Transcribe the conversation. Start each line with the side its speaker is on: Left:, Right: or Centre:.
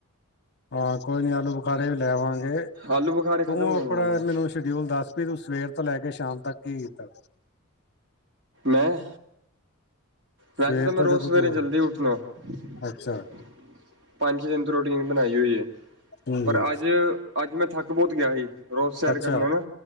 Left: ਹਾਂ, ਕੋਈ ਨੀਂ ਆਲੂ ਬੁਖਾਰੇ ਵੀ ਲੈਵਾਂਗੇ,
Right: ਆਲੂ ਬੁਖਾਰੇ ਖਤਮ
Left: ਤੂੰ
Right: ਹੋਣ
Left: ਆਪਣਾ
Right: ਵਾਲੇ ਆ
Left: ਮੈਨੂੰ ਸ਼ ਸ਼ਡਿਊਲ ਦੱਸ ਵੀ ਤੂੰ ਸਵੇਰ ਤੋਂ ਲੈ ਕੇ ਸ਼ਾਮ ਤੱਕ ਕੀ ਕੀਤਾ।
Right: ਮੈਂ ਵੈਸੇ
Left: ਸਵੇਰ
Right: ਤਾਂ ਮੈਂ
Left: ਤੋਂ
Right: ਰੋਜ਼
Left: ਜਦੋਂ
Right: ਸਵੇਰੇ
Left: ਤੂੰ
Right: ਜਲਦੀ ਉੱਠਣਾ <unintelligible>
Left: ਅੱਛਾ
Right: ਪੰਜ ਦਿਨ ਤੋਂ ਰੋਟੀਣ ਬਣਾਈ ਹੋਈ ਏ।
Left: ਹੂੰ
Right: ਪਰ
Left: ਹੂੰ
Right: ਅੱਜ, ਅੱਜ ਮੈਂ ਥੱਕ ਬਹੁਤ ਗਿਆ ਹੀ, ਰੋਜ਼ ਸੈਰ
Left: ਅੱਛਾ
Right: ਕਰਨਾ ਨਾਂ।